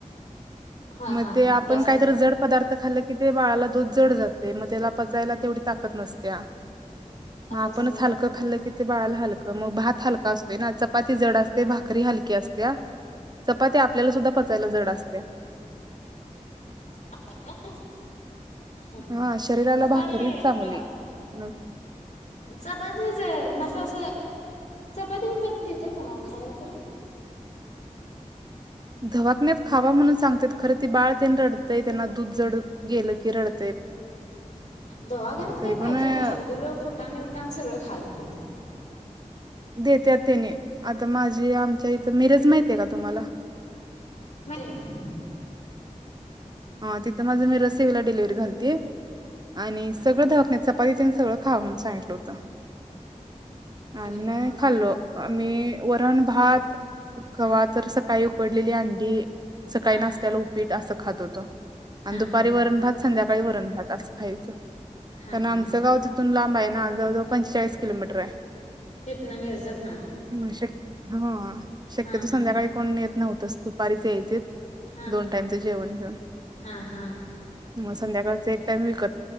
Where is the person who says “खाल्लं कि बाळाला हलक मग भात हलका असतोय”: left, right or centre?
Right